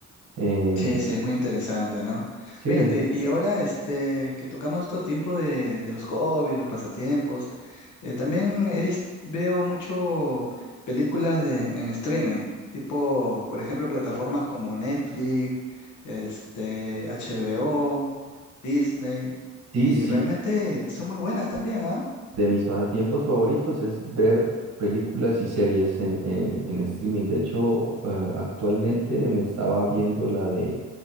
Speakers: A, on the right; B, on the left.
A: Em,
B: Sí, sí, es muy interesante, ¿no?
A: Sí,
B: Mírate, y ahora este, que tocamos estos tiempos de, de los hobbies, los pasatiempos, eh, también he vis- veo mucho películas de, en streaming, tipo, por ejemplo, plataformas como Netflix, este, HBO, Disney,
A: Sí,
B: y
A: sí,
B: realmente son muy buenas también, ¿ah?
A: de mis pasatiempos favoritos es ver películas y series en, en- en streaming. De hecho, eh, actualmente me estaba viendo la de